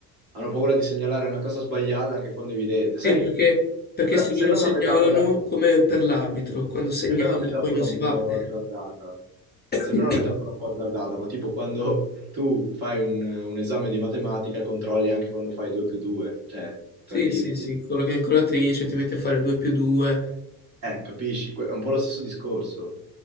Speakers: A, on the right (about 45°); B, on the left (about 20°).
A: Hanno paura di segnalare una cosa sbagliata anche quando è evidente.
B: Sì,
A: Sai,
B: perché, perché
A: sembra,
B: se
A: sembra
B: loro segnalano,
A: una metafora,
B: come per l'arbitro, quando segnala
A: Sembra una metafora
B: poi non si
A: un
B: va
A: po'
B: a vedere.
A: azzardata.
B: <coughs>
A: Sembra una metafora un po' azzardata, ma tipo quando tu fai un, un esame di matematica, controlli anche quando fai 2 più 2, cioè
B: Sì,
A: per dirti,
B: sì, sì, con la calcolatrice ti metti a fare 2 più 2,
A: eh, capisci? Que- È un po' lo stesso discorso.